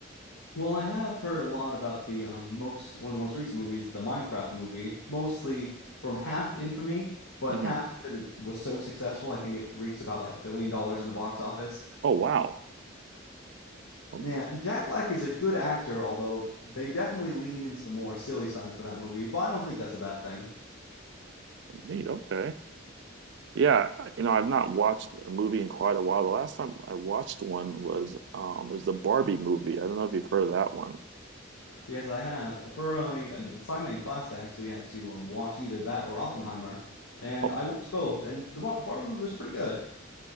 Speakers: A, on the left; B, on the right.
A: Well, I have heard a lot about the um, most one of the most recent movies, the Minecraft movie, mostly from half infamy, but
B: hmm
A: half because it was so successful. I think it reached about like a billion dollars in the box office.
B: Oh wow. Oh,
A: Yeah, and Jack Black is a good actor, although they definitely leaned into the more silly side for that movie, but I don't think that's a bad thing.
B: neat. Okay. Yeah, you know, I've not watched a movie in quite a while. The last time I watched one was um was the Barbie movie. I don't know if you've heard of that one.
A: Yes, I have. For my assignment in class, I actually had to um, watch either that or Oppenheimer, and
B: Oh,
A: I watched both, and the Bar Barbie movie was pretty good.